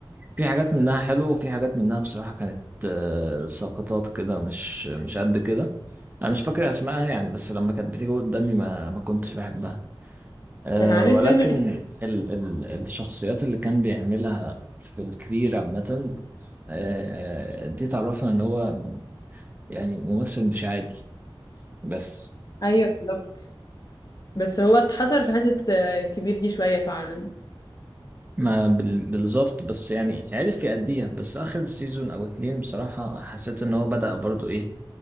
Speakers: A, on the right (about 20°); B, on the left (about 45°).
A: في حاجات منها حلوة وفي حاجات منها بصراحة كانت آه، سقطات كده مش مش قد كده انا مش فاكر اسمائها يعني بس لما كانت بتيجي قدامي ما ما كنتش بحبها أه
B: كان عامل
A: ولكن
B: فيلم ك-
A: ال ال الشخصيات اللي كان بيعملها في الكبير عامة أه دي تعرفنا ان هو يعني ممثل مش عادي بس
B: ايوه بالظبط بس هو اتحصر في حته آه، كبير دي شويه فعلا
A: ما بال- بالظبط بس يعني عرف يأديها بس آخر سيزون أو اتنين بصراحة حسيت ان هو بدأ برضو ايه